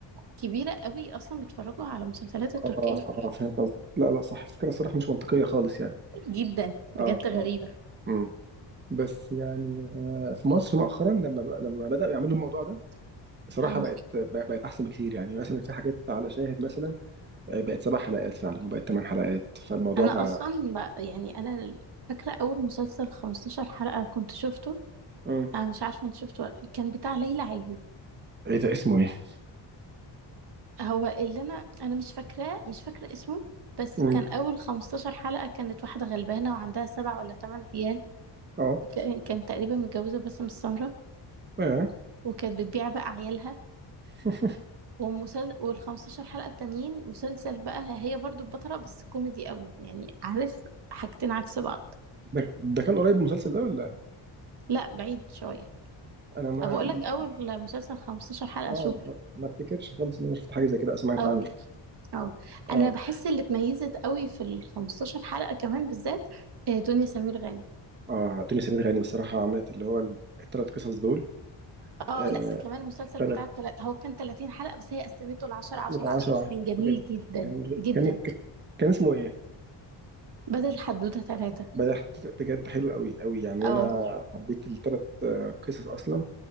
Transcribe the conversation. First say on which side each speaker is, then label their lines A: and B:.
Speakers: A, on the right; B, on the right.
A: كبيرة قوي اصلا بيتفرجوا على مسلسلات التركية
B: اه آه، فهمت قصدك لا لا صح الفكره الصراحه مش منطقيه خالص يعني
A: جدا بجد
B: اه
A: غريبة
B: اه امم بس يعني آه في مصر مؤخرا لما بقى لما بداوا يعملوا الموضوع ده بصراحه
A: اه
B: بقت بقت احسن بكتير يعني مثلا في حاجات على شاهد مثلا آه، بقت سبع حلقات فعلا وبقت ثمان حلقات فالموضوع
A: انا
B: بقى
A: اصلا ب... يعني انا فاكرة اول مسلسل 15 حلقة كنت شفته
B: مم.
A: انا مش عارفة انت شفته كان بتاع ليلى علوي
B: ايه ده اسمه ايه
A: هو اللي انا انا مش فاكراه مش فاكره اسمه بس
B: مم.
A: كان اول 15 حلقه كانت واحده غلبانه وعندها سبع ولا ثمان عيال
B: اه
A: وكان- كانت تقريبا متجوزه باسم السمره
B: اه
A: وكانت بتبيع بقى عيالها
B: <laughs>
A: ومسل... وال 15 حلقه التانيين مسلسل بقى هي برضو البطله بس كوميدي قوي يعني عارف حاجتين عكس بعض
B: ده, ده كان قريب من المسلسل ده ولا
A: لا بعيد شويه
B: انا ما
A: انا بقول لك اول مسلسل 15 حلقه
B: اه
A: شوف
B: ما ما افتكرش خالص ان انا شفت حاجه زي كده أو سمعت
A: اه
B: عنه
A: اه
B: اه
A: انا بحس اللي اتميزت قوي في ال 15 حلقه كمان بالذات آه، دنيا سمير غانم
B: اه دنيا سمير غانم الصراحه عملت اللي هو الثلاث قصص دول
A: اه
B: آه
A: لا ده كمان المسلسل
B: ثلاث
A: بتاع التل... هو كان 30 حلقة بس هي قسمته ل 10 10
B: آه.
A: 10
B: 10
A: كان جميل
B: بجد
A: جدا
B: كان
A: جدا
B: كان كان اسمه ايه
A: بدل حدوتة ثلاثة
B: بجد بجد حلو قوي قوي يعني
A: اه
B: انا حبيت الثلاث قصص اصلا